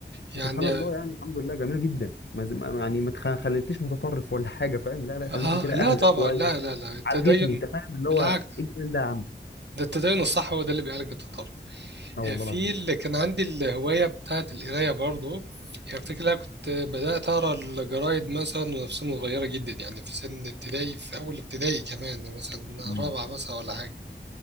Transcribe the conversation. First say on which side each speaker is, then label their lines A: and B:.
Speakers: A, on the right (about 65°); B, on the left (about 70°).
A: يعني
B: سبحان الله يعني الحمد لله جميله جدا ما ز- ما- يعني ما تخ- خلتنيش متطرف ولا حاجه فاهم لا لا خلتني
A: اه
B: كده
A: لا
B: اهدى
A: طبعا
B: شويه
A: لا لا لا التدين
B: عالجتني انت فاهم اللي
A: بالعكس
B: هو ايه الجمال ده يا عم
A: ده التدين الصح هو ده اللي بيعالج التطرف
B: اه والله
A: آه، في
B: العظيم
A: اللي كان عندي الهواية بتاعت القراية برضه يعني افتكر انا كنت بدأت اقرا الجرايد مثلا وانا في سن صغيرة جدا يعني في سن ابتدائي في اول ابتدائي كمان مثلا
B: مم.
A: رابعة مثلا ولا حاجة